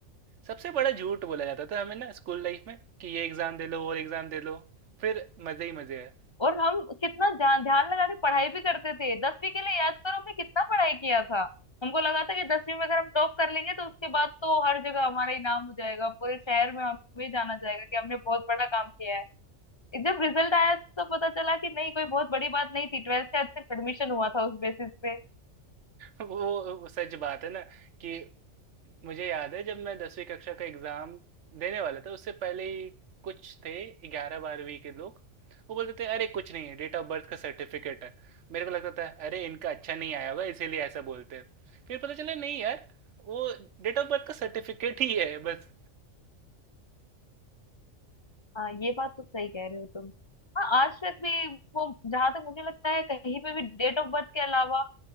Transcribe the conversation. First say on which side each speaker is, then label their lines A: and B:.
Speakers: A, on the right; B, on the left.
A: सबसे बड़ा झूठ बोला जाता था हमें ना स्कूल लाइफ में कि ये एग्ज़ाम दे लो वो एग्ज़ाम दे लो फिर मज़े ही मज़े है
B: और हम कितना ध्यान ध्यान लगा के पढ़ाई भी करते थे दसवीं के लिए याद करो हमने कितना पढ़ाई किया था हमको लगा था कि दसवीं में अगर हम टॉप कर लेंगे तो उसके बाद तो हर जगह हमारा ही नाम हो जाएगा पूरे शहर में हमें जाना जाएगा कि हमने बहुत बड़ा काम किया है जब रिजल्ट आया तो पता चला कि नहीं कोई बहुत बड़ी बात नहीं थी ट्वेल्थ का सिर्फ एडमिशन हुआ था उस बेसिस पे
A: वो वो सच बात है ना कि मुझे याद है जब मैं दसवीं कक्षा का एग्ज़ाम देने वाला था उससे पहले ही कुछ थे ग्यारह बारहवीं के लोग वो बोलते थे अरे कुछ नहीं है डेट ऑफ बर्थ का सर्टिफिकेट है मेरे को लगता था अरे इनका अच्छा नहीं आया होगा इसीलिए ऐसा बोलते हैं फिर पता चला नहीं यार वो डेट ऑफ बर्थ का सर्टिफिकेट ही है बस
B: हाँ ये बात तो सही कह रहे हो तुम हाँ आज तक भी वो जहां तक मुझे लगता है कहीं पे भी डेट ऑफ बर्थ के अलावा